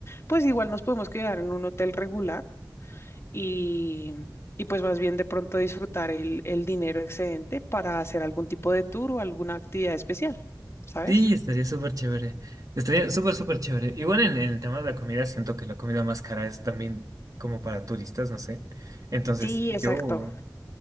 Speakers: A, on the left; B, on the right.
A: pues igual nos podemos quedar en un hotel regular y, y pues más bien de pronto disfrutar el, el dinero excedente para hacer algún tipo de tour o alguna actividad especial, ¿sabes?
B: Sí, estaría súper chévere. Estaría súper, súper chévere. Igual en, en el tema de la comida, siento que la comida más cara es también como para turistas, no sé. Entonces,
A: Sí,
B: yo,
A: exacto.